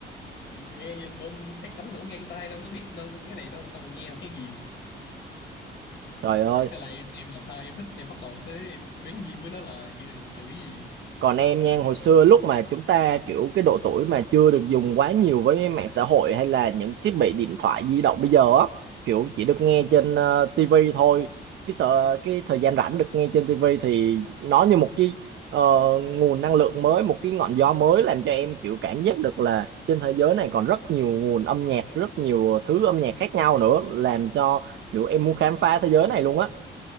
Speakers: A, on the left; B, on the right.
A: nghe như bom sét đánh nổ ngang tai đâu có biết đâu cái này đâu xong rồi nghe cái gì
B: trời ơi
A: Thế là em em là sao em thích em bắt đầu tới em bén duyên với nó là kia từ cái gì
B: Còn em nha, hồi xưa lúc mà chúng ta kiểu cái độ tuổi mà chưa được dùng quá nhiều với mạng xã hội hay là những thiết bị điện thoại di động bây giờ á, kiểu chỉ được nghe trên ờ, TV thôi. Cái sợ cái thời gian rảnh được nghe trên tivi thì nó như một cái ờ, nguồn năng lượng mới, một cái ngọn gió mới làm cho em kiểu cảm giác được là trên thế giới này còn rất nhiều nguồn âm nhạc, rất nhiều thứ âm nhạc khác nhau nữa, làm cho kiểu em muốn khám phá thế giới này luôn á.